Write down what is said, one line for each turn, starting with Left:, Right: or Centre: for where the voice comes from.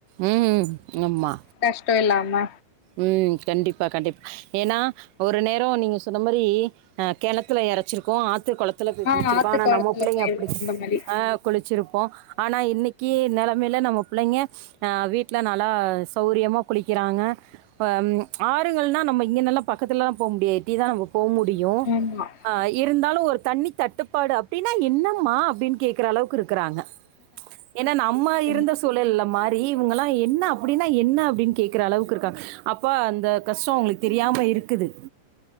Right: ம் ம் ஆமா
Left: கஷ்டோ இல்லாம
Right: ம் கண்டிப்பா கண்டிப்பா ஏனா ஒரு நேரொ நீங்க சொன்ன மாரி ஆ கிணத்துல இறைச்சிருக்கோ ஆத்து குளத்துல போய்
Left: ஆ
Right: புடிச்சிருக்கோ
Left: ஆத்து
Right: ஆனா
Left: காலத்துல
Right: நம்ம பிள்ளைங்க
Left: போயிருக்கோ
Right: அப்டி
Left: அந்த மாரி
Right: குளிச்சிருப்போம் ஆனா இன்னைக்கி நெலமையில நம்ம பிள்ளைங்க ஆ வீட்ல நல்லா சௌரியமா குளிக்கிறாங்க அம் ஆறுகள்னா நம்ம இங்கனலா பக்கத்துலலா போ முடியாது எட்டிதா நம்ம போ முடியும்
Left: ஆமா
Right: ஆ இருந்தாலும் ஒரு தண்ணி தட்டுப்பாடு அப்டினா என்னம்மா அப்டினு கேக்குற அளவுக்கு இருக்குறாங்க ஏனா நம்ம இருந்த
Left: ம்
Right: சூழல் இல்ல மா ரி இவுங்களா என்ன அப்டினா என்ன அப்டினு கேக்குற அளவுக்கு இருக்காங்க அப்ப அந்த கஷ்டொ அவுங்ளுக்கு தெரியாம இருக்குது